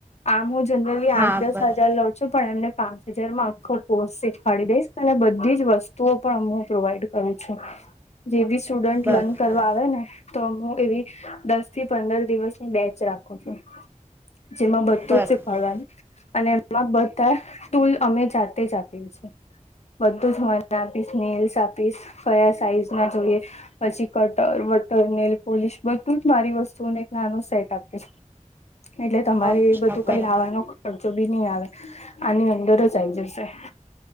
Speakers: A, on the left (about 55°); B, on the right (about 15°).
A: આમ હું જનરલી
B: હા
A: આઠ દસ
B: બરોબર
A: હજાર લઉ છું પણ એમને પાંચ હજાર માં આખો કોર્સે ખાડી દઈશ અને બધી જ વસ્તુઓ પણ હુ પ્રોવાઈડ કરું છું જેવી સ સ્ટુડન્ટ
B: બરોબર
A: લર્ન કરવા આવે ને તો હું એવી દસ થી પંદર દિવસની બેચ રાખું છું. જેમાં બધું
B: બરોબર
A: જ શીખવાડવાનું. અને એમાં બધા ટૂલ અમે જાતે જ આપ્યે છે. બધું જ મને આપીશ નેલ્સ આપીશ કયા સાઈઝ ના જોઈએ પછી કટર વટર નેલ પોલિશ બધું જ મારી વસ્તુઓને એક નાનું સેટ આપીશ. એટલે તમારે
B: અચ્છા
A: બધું
B: બરોબર
A: કંઈ લાવાનો ખર્ચો બી નહી આવે આની અંદર જ આઈ જશે.